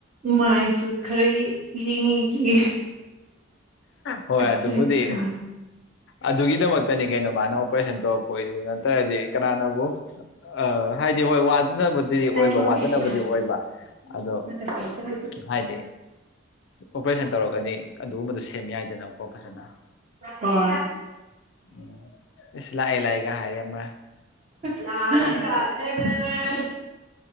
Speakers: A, on the right; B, on the left.
A: ꯃꯥꯏꯁꯨ ꯈꯔ ꯌꯦꯡꯉꯤꯁꯤ
B: ꯍꯣꯏ
A: ꯀꯝꯄ꯭ꯂꯦꯛꯁꯟ
B: ꯑꯗꯨꯕꯨꯗꯤ ꯑꯗꯨꯒꯤꯗꯃꯛꯇꯅꯤ ꯀꯩꯅ ꯃꯥꯅ ꯑꯣꯄꯔꯦꯁꯟ ꯇꯧꯔꯛꯄ ꯑꯣꯏꯁꯨ ꯅꯠꯇ꯭ꯔꯗꯤ ꯀꯅꯥꯅꯕꯨ ꯑ ꯍꯥꯏꯗꯤ ꯍꯣꯏ ꯋꯥ ꯁꯤꯖꯤꯕꯗꯨꯗꯤ ꯑꯣꯏꯕ
A: ꯑꯩꯃꯛꯀꯤꯁꯤꯅ
B: ꯋꯥꯗꯅꯕꯗꯤ ꯑꯣꯏꯕ ꯑꯗꯣ
A: ꯃꯊꯛꯇ ꯑꯝꯇ ꯍꯥꯏꯗꯣ
B: ꯍꯥꯏꯗꯤ ꯑꯣꯄꯔꯦꯁꯟ ꯇꯧꯔꯒꯅꯤ ꯑꯗꯨꯒꯨꯝꯕꯗꯣ ꯁꯦꯝꯃꯤ ꯌꯥꯏ ꯅ ꯀꯣ ꯐꯁꯅ
A: ꯍꯣꯏ
B: ꯎ ꯏꯁ ꯂꯥꯛꯥꯏ ꯂꯥꯏꯑꯒ ꯍꯥꯏ ꯑꯃ
A: ꯂ ꯇꯦ ꯃꯔ